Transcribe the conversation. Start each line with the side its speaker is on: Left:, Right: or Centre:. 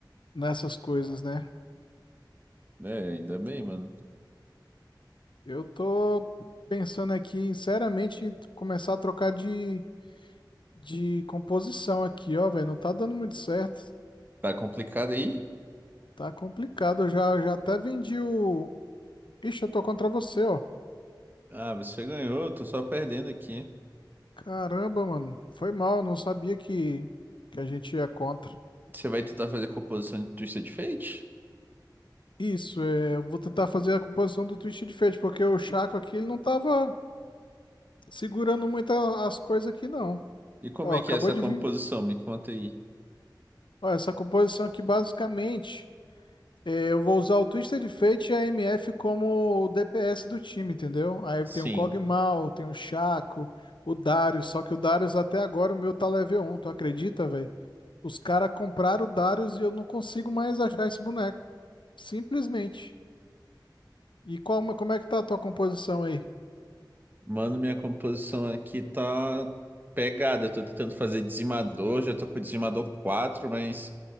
Left: nessas coisas, né?
Right: É, ainda bem, mano.
Left: Eu tô pensando aqui, em, seriamente, em começar a trocar de, de composição aqui, ó, velho. Não tá dando muito certo.
Right: Tá complicado aí?
Left: Tá complicado. Eu já, já até vendi o. Ixi, eu tô contra você, ó.
Right: Ah, você ganhou, eu tô só perdendo aqui. hein?
Left: Caramba, mano. Foi mal, eu não sabia que, que a gente ia contra.
Right: Você vai tentar fazer a composição de Twisted Fate?
Left: Isso, é, eu vou tentar fazer a composição do Twisted Fate, porque o Chaco aqui ele não tava segurando muito a- as coisas aqui, não.
Right: E como
Left: Ó,
Right: é
Left: acabou
Right: que é essa
Left: de
Right: composição?
Left: vir.
Right: Me conta aí.
Left: Ó, essa composição aqui, basicamente, é, eu vou usar o Twisted Fate e a MF como o DPS do time, entendeu? Aí
Right: Sim.
Left: tem o Kog'Maw, tem o Chaco, o Darius, só que o Darius até agora o meu tá level um, tu acredita, velho? Os caras compraram o Darius e eu não consigo mais achar esse boneco, simplesmente. E qual, como é que tá a tua composição aí?
Right: Mano, minha composição aqui tá pegada. Eu tô tentando fazer dizimador, já tô com o dizimador 4, mas